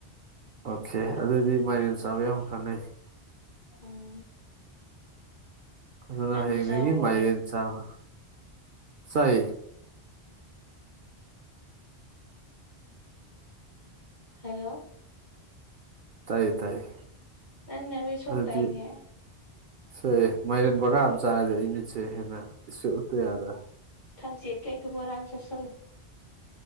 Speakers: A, on the right; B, on the left.
A: ꯑꯣꯀꯦ ꯑꯗꯨꯗꯤ ꯃꯥꯏꯔꯦꯟ ꯆꯥꯕ ꯌꯥꯝ ꯀꯥꯟꯅꯩ
B: ꯎꯝ
A: ꯑꯗꯨꯅ
B: ꯅꯪꯁꯨ
A: ꯍꯌꯦꯡꯗꯒꯤ
B: ꯆꯥꯍꯧꯕ
A: ꯃꯥꯏꯔꯦꯟ ꯆꯥꯕ ꯁꯥꯏ
B: ꯍꯜꯂꯣ
A: ꯇꯥꯏ ꯇꯥꯏꯌꯦ
B: ꯅꯪ ꯅ ꯃꯤꯁꯣꯛꯇ
A: ꯑꯗꯨꯗꯤ
B: ꯏꯦ
A: ꯁꯣꯏꯑꯦ ꯃꯥꯏꯔꯦꯟ ꯕꯀꯥ ꯑꯃ ꯆꯥꯔꯗꯤ ꯑꯩꯃꯤꯠꯁꯦ ꯍꯦꯟꯅ ꯏꯁ ꯎꯛꯇ ꯌꯥꯗ꯭ꯔꯥ
B: ꯊꯝꯁꯤ ꯀꯩ ꯇꯄꯔꯥꯟꯁ ꯆꯂ